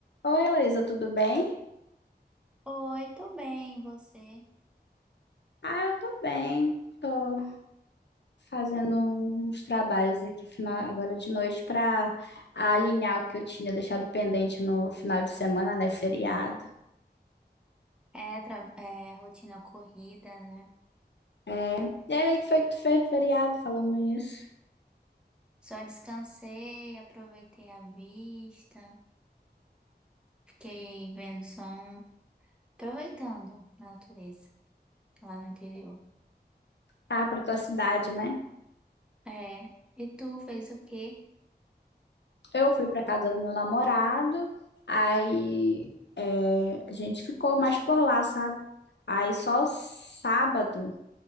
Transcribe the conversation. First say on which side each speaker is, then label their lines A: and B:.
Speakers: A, on the left; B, in the centre.
A: Oi, Heloísa, tudo bem?
B: Oi, tô bem, e você?
A: Ah, eu tô bem. Tô fazendo uns trabalhos aqui final, agora de noite para alinhar o que eu tinha deixado pendente no final de semana, né? Feriado.
B: É, tra- é, rotina corrida, né?
A: É. E aí, o que foi que tu fez no feriado falando nisso?
B: Só descansei, aproveitei a vista, fiquei vendo som, aproveitando a natureza lá no interior.
A: Ah, pra tua cidade, né?
B: É, e tu fez o quê?
A: Eu fui pra casa do meu namorado, aí é, a gente ficou mais por lá, sabe? Aí só sábado.